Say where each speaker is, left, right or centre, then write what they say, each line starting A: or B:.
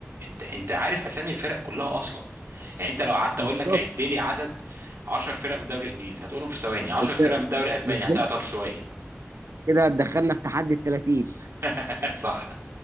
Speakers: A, on the right (about 55°); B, on the right (about 80°).
A: انت انت عارف اسامي الفرق كلها اصلا يعني انت لو قعدت
B: بالظبط
A: اقول لك عد لي عدد 10 فرق من الدوري الانجليزي هتقولهم في ثواني 10
B: انت
A: فرق من الدوري الاسباني
B: بالظبط
A: هتعطل شويه
B: كده دخلنا في تحدي ال 30
A: <laughs> صح